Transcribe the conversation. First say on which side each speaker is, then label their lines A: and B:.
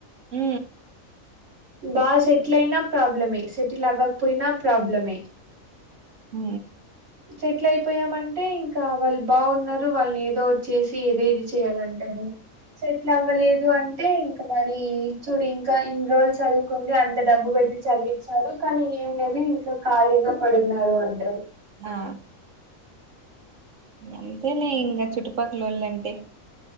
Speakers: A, on the right; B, on the right.
A: ఊ
B: బాగా సెటిల్ అయిన ప్రాబ్లమే సెటిల్ అవ్వకపోయినా ప్రాబ్లమే
A: ఈ
B: సెటిల్ అయిపోయామంటే ఇంకా వాళ్ళు బాగున్నారు వాళ్ళని ఏదోటి చేసి ఏదో ఇది చేయాలంటారు సెట్ల్ అవ్వలేదు అంటే ఇంకా మరి చూడి ఇంకా ఇన్ని రోజు చదువుకుంది అంత డబ్బు పె పెట్టి చదివిచ్చారు కానీ ఏం లేదు ఇంట్లో ఖాళీగా పడున్నావు అంటారు
A: ఆ అంతేలే ఇంకా చుట్టుపక్కలోళ్ళంటే